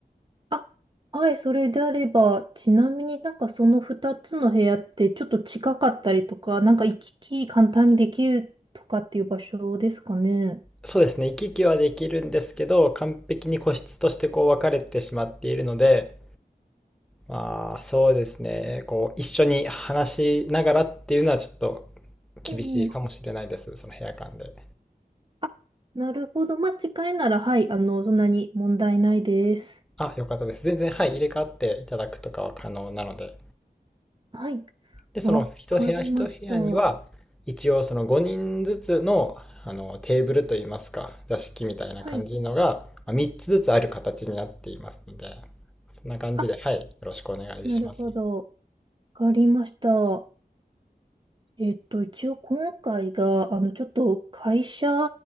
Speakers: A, on the right (about 30°); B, in the centre.
A: あはい、それであれば、ちなみになんかその2つの部屋ってちょっと近かったりとか、なんか行き来簡単にできるとかっていう場所ですかね。
B: そうですね。行き来はできるんですけど、完璧に個室としてこう分かれてしまっているので、まあそうですね。こう一緒に話しながらっていうのはちょっと厳しいかもしれないです。
A: ええ。
B: その部屋間で。
A: あ、なるほど。まあ、近いなら、はい、あの、そんなに問題ないです。
B: あ、よかったです。全然、はい、入れ替わっていただくとかは可能なので。
A: はい。
B: で、その一部屋一部屋には、
A: わかりました。は
B: 一応その5人ずつの、あのテーブルといいますか、座敷みたいな感じのが、
A: い。
B: まあ、3つずつある形になっていますので、そんな感じで、
A: あ、
B: はい、よろしくお願いします。
A: なるほど。わかりました。えっと、一応今回が、あの、ちょっと会社